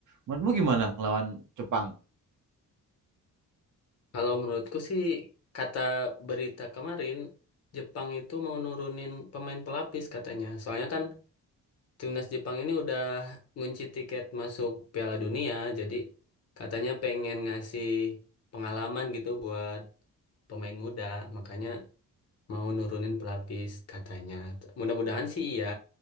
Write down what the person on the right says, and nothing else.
Menurutmu gimana ngelawan Jepang?